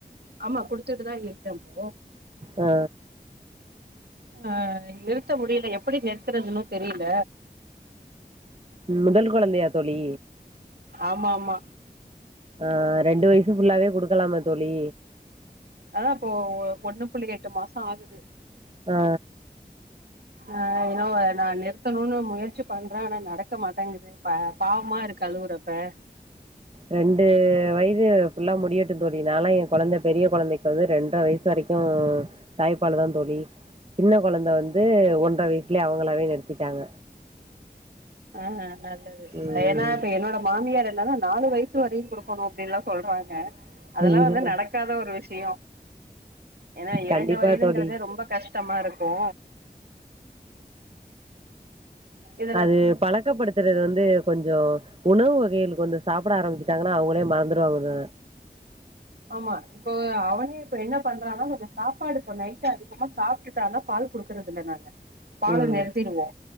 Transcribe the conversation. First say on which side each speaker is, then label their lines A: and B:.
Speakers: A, on the right; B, on the right.
A: ஆமா குடுத்துட்டுதா இருக்கேம்போ
B: ஆ
A: ஆ நிறுத்த முடியில எப்புடி நிறுத்தறதுனு தெரியில
B: ம் முதல் கொழந்தையா தோழி
A: ஆமா மா
B: ஆ ரெண்டு வயசு ஃபுல்லாவே குடுக்கலாமே தோழி
A: அதா இப்போ ஒ ஒன்னு புள்ளி எட்டு மாசோ ஆகுது
B: ஆ
A: ஆ எனோ நா நிறுத்தணுனு முயற்சி பண்றே ஆனா நடக்க மாட்டேங்குது ப பாவமா இருக்கு அழுவுறப்பே
B: ரெண்டு வயது ஃபுல்லா முடியட்டுந் தோழி நாலா எ கொழந்த பெரிய கொழந்தைக் இப்ப வந்து ரெண்ர வயசு வரைக்கு தாய்ப்பாலுதாந் தோழி சின்ன கொழந்த வந்து ஒன்ற வயிச்லே அவங்களாவே நிறுத்திட்டாங்க
A: ஆ நல்லது
B: ம்
A: ஏனா இப்ப என்னோட மாமியார் என்னன்னா நாலு வயசு வரையு குடுக்கணு அப்டின்லா சொல்றாங்க அதெல்லா
B: ஐயோ
A: வந்து நடக்காத ஒரு விஷ்யோ ஏன்னா இரண்டு
B: கண்டிப்பா
A: வயதுங்கறதே
B: தோழி
A: ரொம்ப கஷ் டமா இருக்கு இது
B: அது பழக்கப்படுத்துறது வந்து கொஞ்சோ உணவு வகைகளு கொஞ்ச சாப்பட ஆரம்பிச்சிட்டாங்கன்னா அவுங்ளே மறந்துடுவாங்க
A: ஆமா இப்போ அவனே இப்ப என்ன பண்றான்னா கொஞ்ச சாப்பாடு இப்போ நைட்டு அதிகமா சாப்ட்டுட்டனா பால் குடுக்கறதில்ல நா ஆ பால
B: ம்
A: நிறுத்திடுவோ